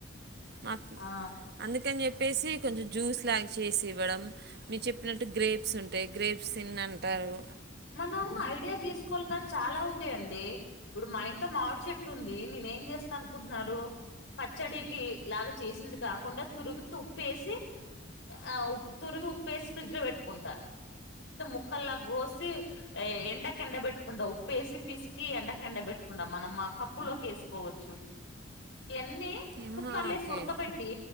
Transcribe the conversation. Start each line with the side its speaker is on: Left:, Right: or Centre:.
Right: మా
Left: ఆ
Right: అందుకని చెప్పి చెేసి కొంచెం జ్యూస్ లా చేసి ఇవ్వడం మీరు చెప్పినట్టు గ్రేప్స్ ఉంటా అంటే గ్రేప్స్ తిన్నంటారు
Left: మనం ఐడియాస్ చేసుకోవాలి కానీ చాలా ఉంటాయంండి ఇప్పుడు మా ఇంట్లో మామిడు చెట్టు ఉంది నేనే ఏం జేస్తాను అనుకుంటున్నారు పచ్చడికి లాగ చేసింది కాకుండా తురిమి ఉప్పేసి ఆ ఉ తురిమి ఉప్పుేసి ఫ్రిడ్జ్ లో పెట్టుకుంటాను మొత్తం ముక్కల్లా కోసి ఎండకెండ పెట్కుంటాం ఉప్పు వేసి పిసికి ఎండకెండ పెట్టుకుంటాం మనం మా పప్పులోకి వేసుకోవచ్చు ఎన్ని
Right: ఆహా,
Left: కుక్కర్లో
Right: ఓకే
Left: ఏసి ఉడకబెట్టి